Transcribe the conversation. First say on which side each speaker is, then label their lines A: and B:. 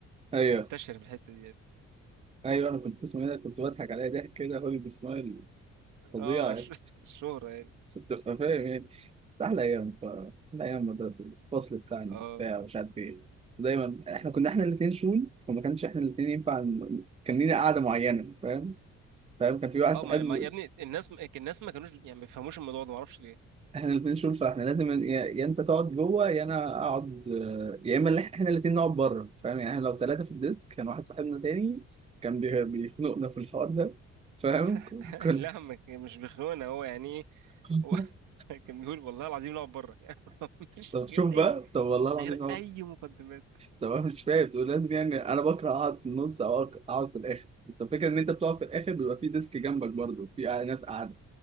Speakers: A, on the right; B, on the right.
A: ايوه
B: منتشر في الحتة دي يعني.
A: ايوه انا كنت اسمه ايه ده؟ كنت بضحك عليها ضحك كده هوليد سمايل فظيع
B: اه
A: يعني.
B: ش- <laughs> الشهرة يعني
A: ست فاهم يعني احلى ايام ف احلى ايام مدرسه دي. الفصل بتاعنا
B: اه
A: وبتاع
B: والله.
A: ومش عارف ايه دايما احنا كنا احنا الاثنين شول فما كانش احنا الاثنين ينفع ن- كان لينا قعده معينه فاهم فاهم كان في واحد
B: اه
A: صاحبنا
B: ما ما- يا ابني الناس الناس ما كانوش يعني ما بيفهموش الموضوع ده ما اعرفش ليه
A: احنا الاثنين شول فاحنا لازم يا يا انت تقعد جوه يا انا اقعد يا اما اللي احنا الاثنين نقعد بره فاهم يعني احنا لو ثلاثه في الديسك كان واحد صاحبنا تاني كان بي- بيخنقنا في الحوار ده فاهم
B: <laughs>
A: كنا
B: لا ما كان- مش بيخنقنا هو يعني ايه
A: <laughs>
B: هو <laughs> كان بيقول والله العظيم نقعد بره يعني <laughs> مش
A: طب شوف
B: من غير
A: بقى
B: اي
A: طب والله
B: من
A: العظيم
B: غير
A: أهو.
B: اي مقدمات
A: طب انا مش فاهم تقول لازم يعني انا بكره اقعد في النص او أق- اقعد في الاخر انت فكرة ان انت بتقعد في الاخر بيبقى في ديسك جنبك برضه في ناس قاعده